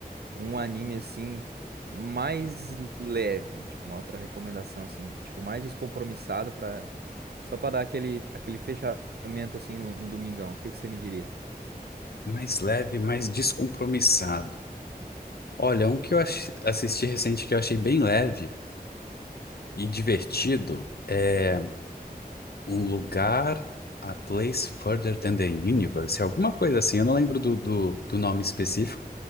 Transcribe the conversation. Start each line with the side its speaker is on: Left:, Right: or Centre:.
Right: um anime assim, mais leve, tipo, uma outra recomendação, assim, tipo, mais descompromissado pra. Só pra dar aquele, aquele fechamento assim no, no domingão, o que que você me diria?
Left: mais leve, mais descompromissado. Olha, um que eu ach- assisti recente que eu achei bem leve e divertido. é Um lugar, a place further than the universe, alguma coisa assim. Eu não lembro do, do, do nome específico,